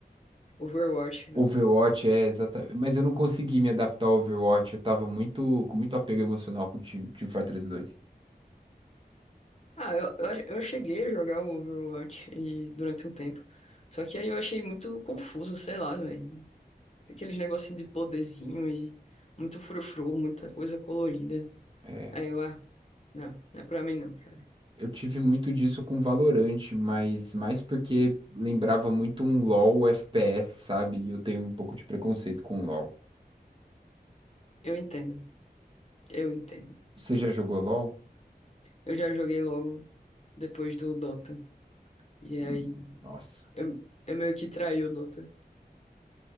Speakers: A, on the left; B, on the right.
A: Overwatch, né?
B: Overwatch é exatamente. Mas eu não consegui me adaptar ao Overwatch. Eu tava muito, com muito apego emocional com o Team, Team Fortress dois.
A: Ah, eu, eu, ach- eu cheguei a jogar o Overwatch e, durante um tempo. Só que aí eu achei muito confuso, sei lá, velho. Aqueles negocinho de poderzinho e muito frufru, muita coisa colorida.
B: É.
A: Aí eu, ah, não, não é pra mim não, cara.
B: Eu tive muito disso com Valorant, mas mais porque lembrava muito um LoL FPS, sabe? E eu tenho um pouco de preconceito com LoL.
A: Eu entendo, eu entendo,
B: Você
A: cara.
B: já jogou LoL?
A: Eu já joguei logo depois do Dota. E aí
B: Hum, Nossa.
A: eu, eu meio que traí o Dota.